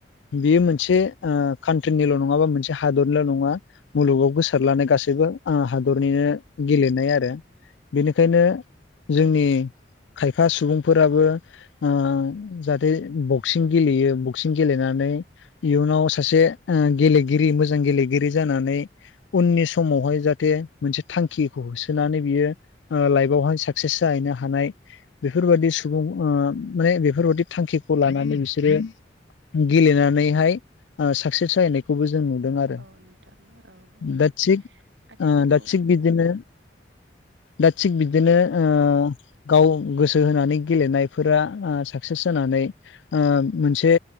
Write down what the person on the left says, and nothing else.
बेयो मोनसे ओ कान्ट्रिनिल' नङा बा मोनसे हादरनिल' नङा मुलुगाव गोसार लानाय गासैबो ओ हादरनिनो
गेलेनाय आरो बेनिखायनो जोंनि
<unintelligible> सुबुंफोराबो ओ जाहाथे बक्सिं गेलेयो बक्सिं गेलेनानै इयुनाव सासे गेलेगिरि मोजां गेलेगिरि जानानै उननि समावहाय जाहाथे मोनसे थांखिखौ होसोनानै बियो लाइफवहाय साक्सेस जाहैनो हानाय बेफोरबादि सुबुं माने बेफोरबाददि थांखिखौ लानानै बिसोरो गेलेनानैहाय ओ साकसेस जाहैनाय खौबो जों नुदों। आरो
दा थिग
ओ दा थिक बिदिनो
दा थिक बिदिनो
ओ गाव गोसो होनानै गेलेनायफोरा साक्सेस जानानै ओ मोनसे